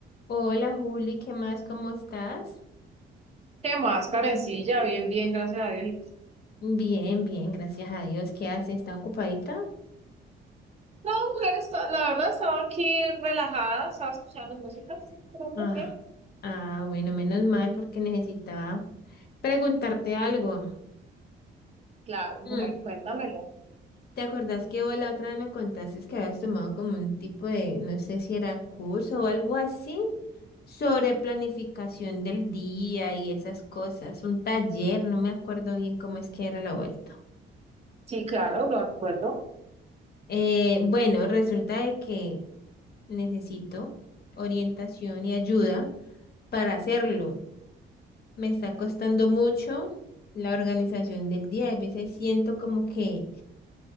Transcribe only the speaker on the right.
¿Qué más, Karencilla? Bien, bien, gracias a Dios. Y- tú?
No, mujer, está- la verdad estaba aquí relajada, estaba escuchando música, sí, pero no,
bien.
Claro, mujer,
cuéntamelo.
Sí, claro, lo recuerdo.